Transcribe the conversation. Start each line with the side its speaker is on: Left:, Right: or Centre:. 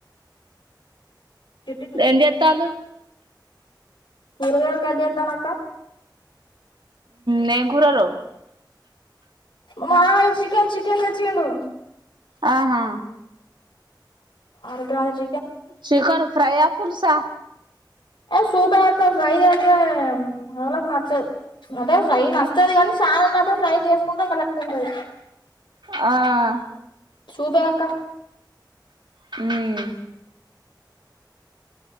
Left: చిట్టికి
Right: ఎంత ఎత్తాల
Left: మురగలు క అడిత్తానక్క
Right: నఘరరు
Left: మా వ చికన్ చికెన్చ్చిడు
Right: ఆహా
Left: ఆరు కచ్చ
Right: చికెన్ ఫ్రై ఆ పులుసా
Left: ఏ సూప అక్క ఫ్రై చేతే వాళకి నచ్చదు అంటే ఫ్రై నచ్చది కాని చాల ఉన్నప్పుడు ఫ్రై చేసుకుంటూ కలక్కుంటది
Right: ఆ
Left: సూపనక్క
Right: హ్